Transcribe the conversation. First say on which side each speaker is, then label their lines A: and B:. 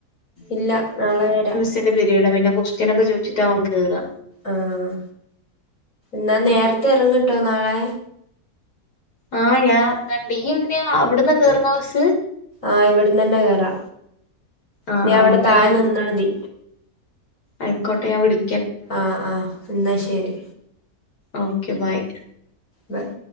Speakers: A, on the left (about 55°); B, on the left (about 80°).
A: ഇല്ല നാളെ വരാ.
B: ന്റെ പിരീഡാ പിന്നെ കൊസ്‌റ്റ്യനൊക്കെ ചോയ്ച്ച്ട്ടാവും കേറ്ആ.
A: ആഹ് ന്നാ നേർത്തെ എറങ്ട്ടോ നാളെ.
B: ആഹ് ഞാ അറങ്ങണ്ട് ഇയ്യ് എങ്ങനെയാ അവ്ട്ന്നാ കേറ്ന്നാ ബസ്സ്?
A: ആഹ് ഇവിട്ന്നന്നെ കേറാ
B: ആ
A: നീ അവടെ
B: ആ എന്നാ
A: താഴെ ന്ന്ന്നാതി.
B: അയ്ക്കോട്ടെ ഞാ വിളി
A: ആഹ് ആഹ് ന്നാ ശരി.
B: Okay bye.
A: ബായ്.